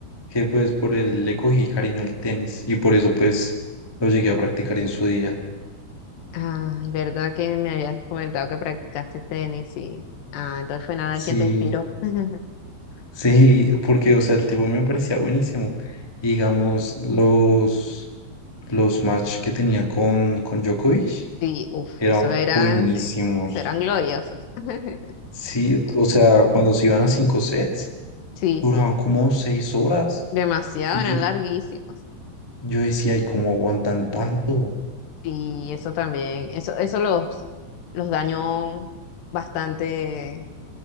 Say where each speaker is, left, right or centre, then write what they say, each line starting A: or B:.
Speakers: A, on the left (about 30°); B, on the left (about 70°).
A: que pues por él le cogí cariño al tenis y por eso pues lo llegué a practicar en su día.
B: Ah, es verdad que me habías comentado que practicaste tenis, sí. Ah, entonces fue Nadal
A: Sí,
B: quien te inspiró. <laughs>
A: sí, porque o sea, el tipo me parecía buenísimo. Y, digamos, los, los match que tenía con, con Djokovic
B: Sí, uff,
A: eran
B: eso eran,
A: buenísimos.
B: sí, eso eran gloriosos. <laughs>
A: Sí, o sea, cuando se iban a cinco sets,
B: Sí,
A: duraban como seis horas.
B: demasiado,
A: Y
B: eran
A: yo,
B: larguísimos.
A: yo decía, ¿y cómo aguantan tanto?
B: Y eso también, eso, eso los, los dañó bastante,